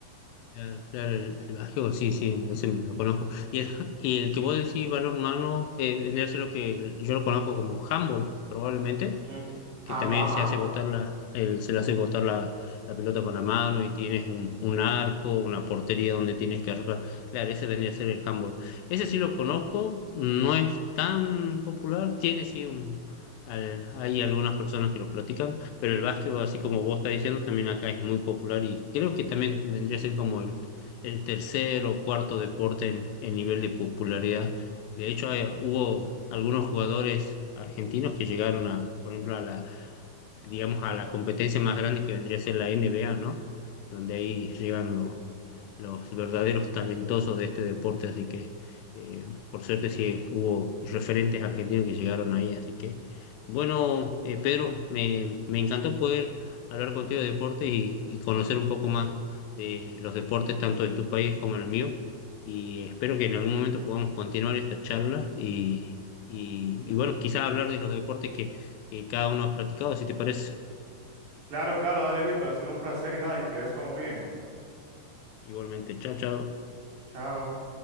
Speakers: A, on the left; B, on the right.
A: Claro, claro, el, el básquetbol, sí, sí, ese me lo conozco. Y el, ja- y el que vos decís balón humano, eh, vendría a ser lo que yo lo conozco como handball, probablemente
B: Ujú.
A: que
B: Hand-
A: también
B: Ajá.
A: se hace botar la, el- se le hace botar la, la pelota con la mano y tienes un, un arco, una portería donde tienes que arrojar. Claro, ese vendría a ser el handball. Ese sí lo conozco, no es tan popular, tiene sí un... al- hay algunas personas que lo practican, pero el básquetbol, así como vos estás diciendo, también acá es muy popular y creo que también vendría a ser como el, el tercer o cuarto deporte en, en nivel de popularidad. De hecho, hay- hubo algunos jugadores argentinos que llegaron a, por ejemplo, a la digamos, a la competencia más grande que vendría a ser la NBA, ¿no? Donde ahí llegan los, los verdaderos talentosos de este deporte, así que eh, por suerte sí hubo referentes argentinos que llegaron ahí, así que bueno, eh, Pedro, me, me encantó poder hablar contigo de deportes y, y conocer un poco más de los deportes, tanto en tu país como en el mío, y espero que en algún momento podamos continuar esta charla y, y, y bueno, quizás hablar de los deportes que que cada uno ha practicado, si te parece.
B: Claro, claro, dale, Víctor. Ha sido un placer y nada, que quedes con bien.
A: Igualmente, chao, chao.
B: Chao.